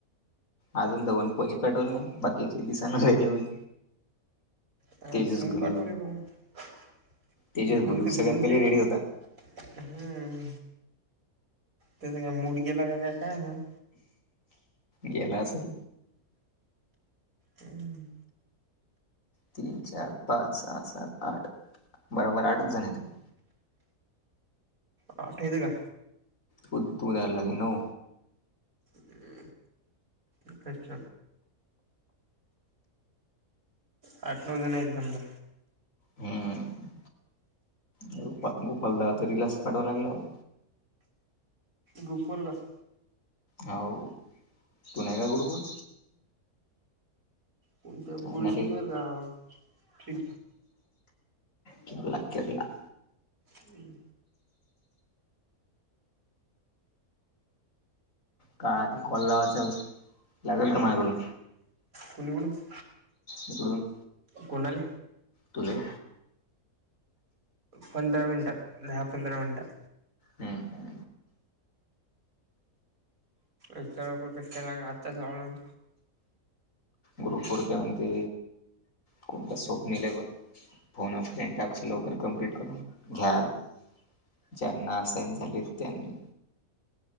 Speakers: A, on the left (about 60°); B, on the right (about 65°).
A: अजून दवन पैसे पाठवले नाय बाकीचे दिसेना राहिले.
B: आणि
A: तेजस
B: तुम्ही
A: गुलू
B: पाठवले मग
A: तेजस
B: गुलू तर गुलु
A: सगळ्यात पहिले
B: सेम
A: रेडी
B: आहे.
A: होता
B: हम्म त्याचं का मुड गेलाय का काय माहित.
A: गेला असेल.
B: हम्म.
A: तीन, चार, पांच, सहा, सात, आठ बराबर आठच जणे आहेत.
B: आ ठेवले का?
A: खूप दूर याव लागेन हो.
B: हे एकच आठ, नऊ जण यायचे समजा.
A: हम्म गोपा गोपालदा तर रिलास पाठव लागला हो.
B: गुपूरगस
A: हाव तू नाही का ग्रुपवर?
B: कोणत्या
A: काय
B: बुलशीत
A: ना रे
B: वर गावं पित
A: केरला केरला.
B: हम्म.
A: काय आता कॉल लावाचा लागेल का माझ्याकडून?
B: कुल्ली बोलचं
A: इकडून
B: कोण आले?
A: तुला ही
B: पंधरा मिनटात दहा पंधरा मिनटात.
A: हम्म.
B: इतळ्या लोकं कष्ट करायला आताच लावला मी.
A: ग्रूपवरती आणते कोणता स्वप्नील आहे बघ फोन अ फ्रेंड टाक्स लवकर कमप्लीट करून घ्याल ज्यांना असाईन झाली त्यांनी.